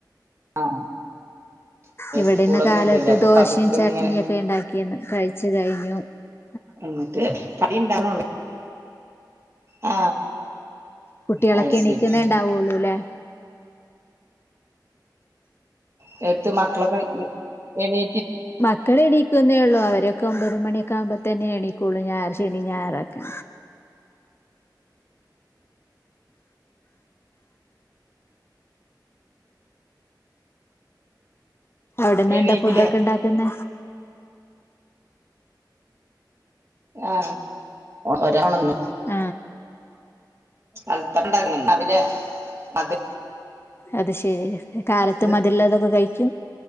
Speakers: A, on the right; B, on the left.
A: ആ ആ
B: ഇവിടെന്ന്
A: സ്കൂളൊന്നും
B: കാലത്ത്
A: ഇല്ലല്ലോ അപ്പൊ
B: ദോശയും
A: പതുക്കെ
B: ചട്നിയ
A: ഇങ്ങനെ
B: ഒക്കെ ഉണ്ടാക്കിയന്ന് കഴിച്ച കഴിഞ്ഞു ന്നു
A: എന്നി ട്ട് കറിയു ണ്ടാ വു ള്ള ആ
B: കുട്ടികളൊക്കെ
A: അത്
B: എണിക്കുന്നേ
A: ശരി
B: ഉണ്ടാവുള്ളൂല്ലേ
A: നേടുത്ത് മക്കളൊക്കെ എണി
B: മക്കള എടി കു ന്നേള്ളൂ അവരൊക്കെ ഒമ്പത് മണിയൊക്കെ ആകുമ്പോ തന്നെ എണീക്കുള്ളൂ ഞായർ ശനി ഞായറൊക്കെ അവിടന്ന്
A: എണീറ്റില്ലേ
B: എന്താ ഫുഡ ഒക്കെ ഇണ്ടാക്കുന്ന
A: ആ ഒരാളു ന്നു
B: ആ
A: അത്തണ്ട അതില് അത്
B: അത് ശെരി കാലത്തും
A: ഇന്ന്
B: അതിള്ളതൊക്കെ കഴിക്കും